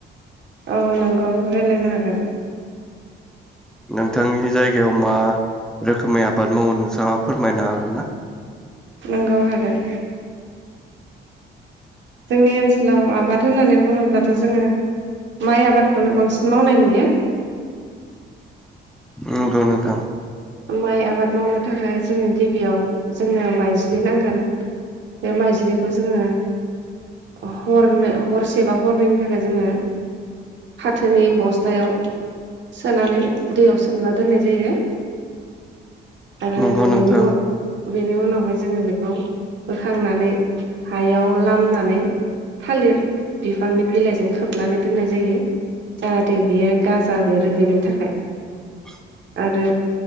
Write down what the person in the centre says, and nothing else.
नोंथांनि जायगायाव मा रोखोमै आबाद मावो नोंथाङा फोरमायनो हागोन ना?
नंगौ नोंथां।
नंगौ नोंथां
<inaudible>